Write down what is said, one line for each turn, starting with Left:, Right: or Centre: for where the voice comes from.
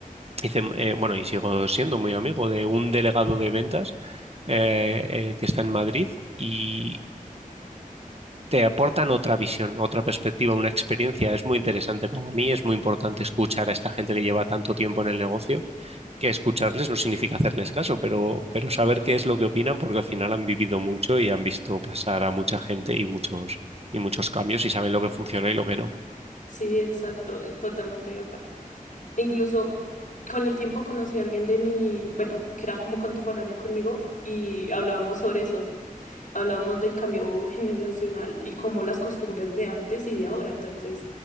Right: Hice, eh, bueno, y sigo siendo muy amigo de un delegado de ventas eh, eh, que está en Madrid y te aportan otra visión, otra perspectiva, una experiencia. Es muy interesante para mí, es muy importante escuchar a esta gente que lleva tanto tiempo en el negocio, que escucharles no significa hacerles caso, pero, pero saber qué es lo que opinan porque al final han vivido mucho y han visto pasar a mucha gente y muchos, y muchos cambios y saben lo que funciona y lo que no.
Left: Sí, exacto, totalmente de acuerdo. Incluso con el tiempo conocí a alguien de mi, bueno, que era como contemporáneo conmigo y hablábamos sobre eso. hablamos del cambio generacional y cómo las costumbres de antes y de ahora. Entonces